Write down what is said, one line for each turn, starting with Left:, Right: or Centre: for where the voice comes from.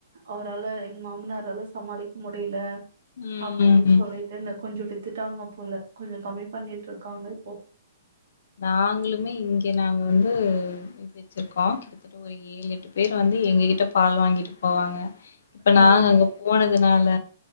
Right: அவரால எங்க மாமனாரால சமாளிக்க முடியல
Left: ம்
Right: அப்படின்னு
Left: ம் ம்
Right: சொல்லிட்டு இன்னும் கொஞ்ச வித்துட்டாங்க போல கொஞ்சம் கம்மி பண்ணிட்டு இருக்காங்க இப்போ.
Left: நாங்களுமே இங்க நா வந்து இது வச்சருக்கோ கிட்டத்தட்ட ஒரு ஏழு எட்டு பேர் வந்து எங்க கிட்ட பால் வாங்கிட்டு போவாங்க இப்ப நாங்க
Right: ஆ,
Left: அங்க போனது னால